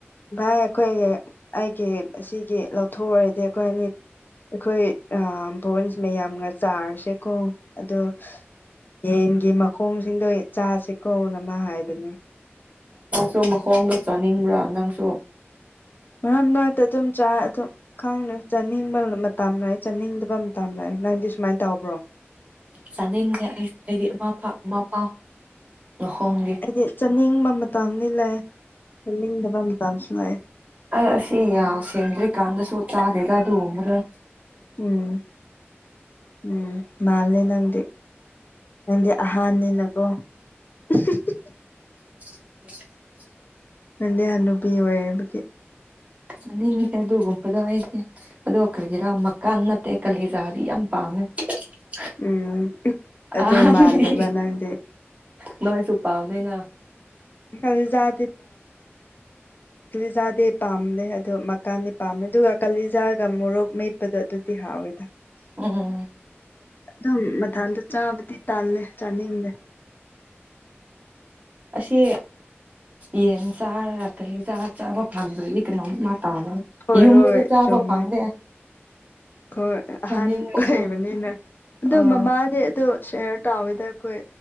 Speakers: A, on the left; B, on the right.
A: ꯚꯥꯏ ꯑꯩꯈꯣꯏꯒꯤ ꯑꯩꯒꯤ ꯁꯤꯒꯤ ꯂꯧꯊꯣꯛꯎꯔꯗꯤ ꯑꯩꯈꯣꯏ ꯑꯅꯤ ꯑꯩꯈꯣꯏ ꯕꯣꯟꯁ ꯃꯌꯥꯝꯒ ꯆꯥꯔꯁꯦꯀꯣ ꯑꯗꯣ ꯌꯦꯟꯒꯤ ꯃꯈꯣꯡꯁꯤꯡꯗꯣ ꯆꯥꯁꯦ ꯀꯧꯅꯃ ꯍꯥꯏꯕꯅꯤ
B: ꯁ ꯃꯈꯣꯡꯗ ꯆꯥꯅꯤꯡꯕ꯭ꯔꯥ ꯅꯪꯁꯨ
A: ꯃꯝ ꯅꯅꯥꯛꯇ ꯑꯗꯨꯝ ꯆ ꯈꯪꯅꯦ ꯆꯥꯅꯤꯡꯕ ꯃꯇꯝ ꯂꯥꯛꯑꯦ ꯆꯥꯅꯤꯡꯗꯕ ꯃꯇꯝ ꯂꯥꯛꯑꯦ ꯅꯪꯗꯤ ꯁꯨꯃꯥꯏꯅ ꯇꯕ꯭ꯔꯣ
B: ꯆꯥꯅꯤꯡꯁꯦ ꯑꯩ ꯑꯩꯗꯤ ꯑꯃꯥ ꯑꯃꯥ ꯐꯥꯎ ꯃꯈꯣꯡꯗꯤ
A: ꯍꯥꯏꯗꯤ ꯆꯥꯅꯤꯡꯕ ꯃꯇꯝꯗꯤ ꯂꯩꯥꯛ ꯆꯠꯅꯤꯡꯗꯕ ꯃꯇꯝꯁꯨ ꯂꯩꯥꯛ
B: ꯑ ꯑꯁꯤ ꯁꯦꯝꯗ꯭ꯔꯤꯀꯥꯟꯗꯁꯨ ꯆꯥꯗꯦꯗ ꯑꯗꯨꯒꯨꯝꯕꯗ
A: ꯎꯝ ꯎꯝ ꯃꯥꯦ ꯅꯪꯗꯤ ꯅꯪꯗꯤ <unintelligible>
B: ꯑꯦ
A: ꯅꯗꯤ ꯍ ꯅꯨꯨꯄꯤ ꯑꯣꯏꯌꯦ ꯑꯗꯨ
B: ꯑꯅꯤꯡꯁꯦ ꯑꯗꯨꯒꯨꯝꯕꯗꯣ ꯑꯩꯁꯦ ꯑꯣ ꯀꯔꯤꯒꯤꯔꯥ ꯃꯈꯀꯥꯟ ꯅꯠꯇꯦ ꯀꯂꯤꯖꯥꯗꯤ ꯌꯥꯝ ꯄꯥꯝꯃꯦ <unintelligible>
A: ꯎꯝ ꯑꯗꯣ
B: ꯑꯍꯟꯒꯤ
A: ꯃꯥꯂꯦꯕꯅꯗꯦ
B: ꯅꯣꯏꯁꯨ ꯄꯝꯃꯦꯅ
A: ꯖꯥꯗꯤꯥ ꯂꯤꯖꯥꯗꯤ ꯄꯥꯝꯅ ꯑꯗꯨ ꯀꯥꯟꯗꯤ ꯄꯥꯝꯃꯦ ꯑꯗꯨꯒ ꯀꯥꯂꯤꯖꯥꯒ ꯃꯣꯔꯣꯛ ꯃꯦꯠꯄꯗꯣ ꯑꯗꯨꯗꯤ ꯍꯥꯎꯋꯦꯗ
B: ꯎꯝ
A: ꯑꯗꯨꯝ ꯃꯊꯥꯟꯗ ꯆꯥꯕꯗꯤ ꯇꯥꯜꯂꯦ ꯆꯥꯅꯤꯡꯗꯦ
B: ꯑꯁꯤ ꯌꯦꯟ ꯆꯥꯔꯥ ꯀꯂꯤ ꯆꯥ ꯆꯥꯕ ꯐꯪꯗ꯭ꯔꯒꯤ ꯀꯩꯅꯣꯝ ꯑ
A: ꯍꯣꯏ
B: ꯌꯨꯝꯗꯗꯤ
A: ꯍꯣꯏ
B: ꯆꯥꯕ
A: ꯆꯨꯝꯃꯦ
B: ꯐꯪꯗꯦ
A: ꯍꯣꯏ
B: ꯆꯥꯅꯤꯡꯉꯁꯨ
A: ꯑꯍꯥꯟ ꯂꯩꯕꯅꯤꯅ ꯑꯣ
B: ꯑꯥ
A: ꯃꯃꯥꯗꯤ ꯑ ꯁꯌꯔ ꯇꯥꯎꯋꯤꯗ ꯑꯩꯈꯣꯏ